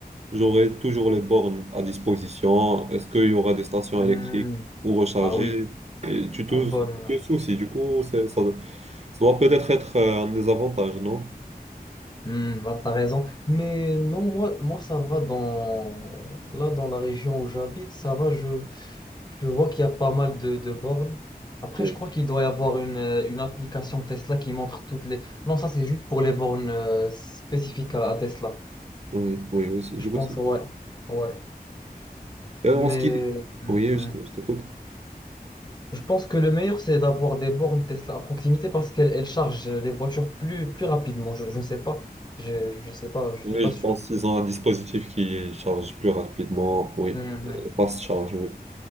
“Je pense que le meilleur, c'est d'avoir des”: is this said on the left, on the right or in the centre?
Left